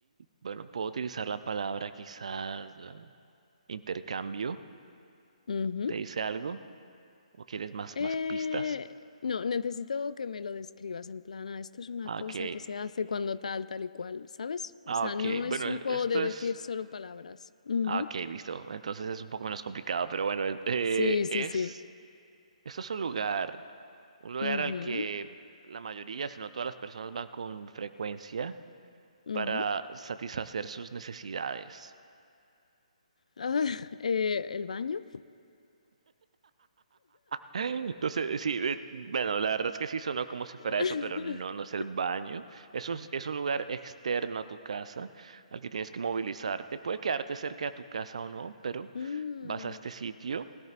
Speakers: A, on the right (about 60°); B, on the left (about 65°).
A: bueno, puedo utilizar la palabra quizás eh, intercambio.
B: ujú.
A: ¿Te dice algo? ¿O quieres más,
B: Eh,
A: más pistas?
B: no, necesito que me lo describas en plan, "Ah, esto es una
A: Ah,
B: cosa
A: Ok,
B: que se hace cuando tal, tal y cual, ¿sabes? O
A: ah,
B: sea,
A: ok.
B: no es
A: Bueno,
B: un
A: e-
B: juego
A: esto
B: de decir
A: es...
B: solo palabras. Ujú.
A: Ah, ok, listo. Entonces es un poco menos complicado, pero bueno, eh, eh,
B: Sí, sí,
A: es...
B: sí.
A: Esto es un lugar, un lugar
B: Ujú,
A: al que la mayoría, si no todas las personas van con frecuencia
B: ujú.
A: para satisfacer sus necesidades.
B: Ah, <laughs> eh, ¿el baño?
A: Entonces, sí, eh, bueno, la verdad es que sí sonó como si
B: <laughs>
A: fuera eso, pero no, no es el baño. Es un, es un lugar externo a tu casa al que tienes que movilizarte. Puede quedarte cerca de tu casa o no, pero
B: Mm,
A: vas a este sitio.